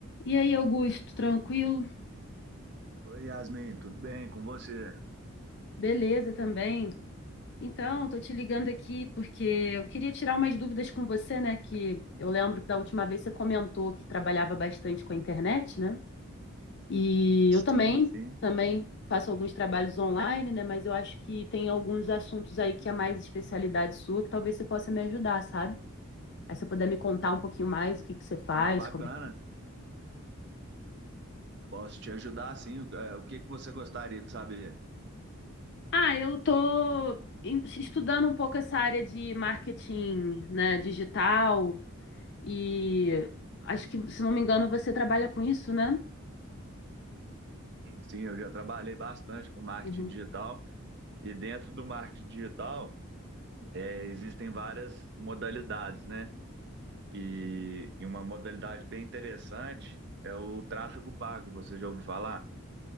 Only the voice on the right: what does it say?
Oi, Yasmin, tudo bem com você?
Sim,
sim.
Ah, bacana.
Posso te ajudar, sim. O é, o que que você gostaria de saber?
Sim, eu já trabalhei bastante com marketing
digital e dentro do marketing digital é, existem várias modalidades, né? E, e uma modalidade bem interessante é o tráfego pago. Você já ouviu falar?